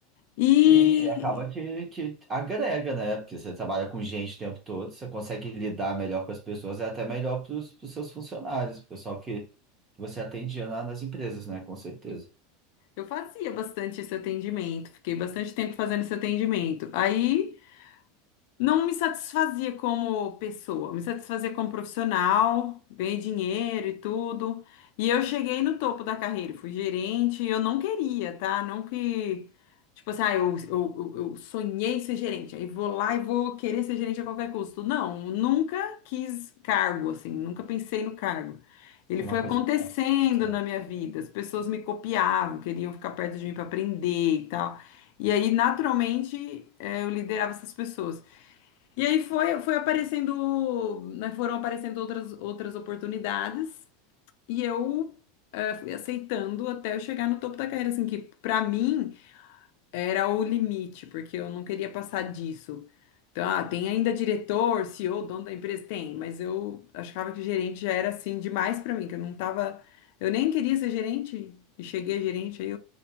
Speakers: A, on the left; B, on the right.
A: E
B: E acaba que, que agrega, né? Porque você trabalha com gente o tempo todo, você consegue lidar melhor com as pessoas, é até melhor para os seus funcionários, o pessoal que você atendia lá nas empresas, né? Com certeza.
A: Eu fazia bastante esse atendimento, fiquei bastante tempo fazendo esse atendimento. Aí. Não me satisfazia como pessoa, me satisfazia como profissional, ganhei dinheiro e tudo. E eu cheguei no topo da carreira, fui gerente, e eu não queria, tá? Não que, tipo assim, ah, eu, eu, eu eu sonhei ser gerente, aí vou lá e vou querer ser gerente a qualquer custo. Não, nunca quis cargo, assim, nunca pensei no cargo. Ele
B: É
A: foi
B: uma
A: acontecendo
B: coisa que tá certo.
A: na minha vida, as pessoas me copiavam, queriam ficar perto de mim para aprender e tal. E aí, naturalmente, eh, eu liderava essas pessoas. E aí foi, foi aparecendo, né, foram aparecendo outras, outras oportunidades e eu eh, fui aceitando até eu chegar no topo da carreira, assim, que pra mim era o limite, porque eu não queria passar disso. Então, ah, tem ainda diretor, CEO, dono da empresa? Tem, mas eu achava que gerente já era assim demais pra mim, que eu não tava, eu nem queria ser gerente e cheguei a gerente aí,